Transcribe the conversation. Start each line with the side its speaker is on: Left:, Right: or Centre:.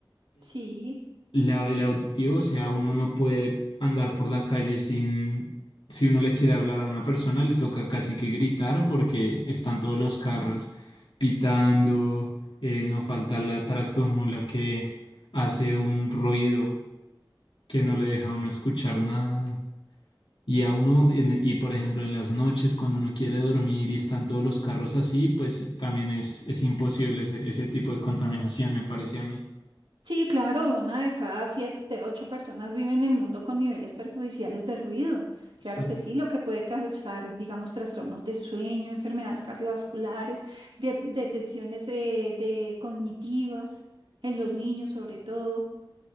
Right: Sí,
Left: la- el auditivo, o sea, uno no puede andar por la calle sin, si uno le quiere hablar a una persona, le toca casi que gritar porque están todos los carros pitando, eh, no falta la tractomula que hace un ruido que no le deja a uno escuchar nada. Y a uno, en- y por ejemplo, en las noches, cuando uno quiere dormir y están todos los carros así, pues también es, es imposible ese, ese tipo de contaminación, me parece a mí.
Right: sí, claro, una de cada siete, ocho personas vive en el mundo con niveles perjudiciales de ruido.
Left: Sí,
Right: Claro que sí, lo que puede causar, digamos, trastornos de sueño, enfermedades cardiovasculares, de, detenciones eh, de cognitivas en los niños sobre todo.